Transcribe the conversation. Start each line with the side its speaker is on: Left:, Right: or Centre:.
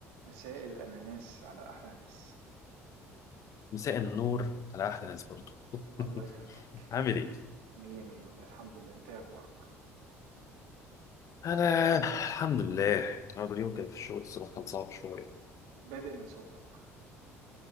Right: مساء الأناناس على أحلى ناس
Left: مساء النور على احلى ناس برضه <laughs>
Right: الله يخليك
Left: عامل ايه
Right: مية مية والله الحمد لله انت إيه أخبارك
Left: انا الحمد لله النهارده اليوم كان في الشغل الصراحه كان صعب شويه
Right: بادئ من صوتك